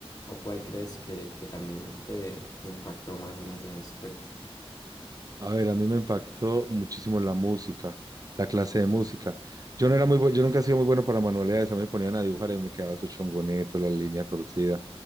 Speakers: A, on the left; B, on the right.
A: o cuál crees que, que también te, te impactó más en ese aspecto.
B: A ver, a mí me impactó muchísimo la música, la clase de música. Yo no era muy bueno, yo nunca he sido muy bueno para manualidades, a mí me ponían a dibujar y me quedaba su chongoneto, la línea torcida.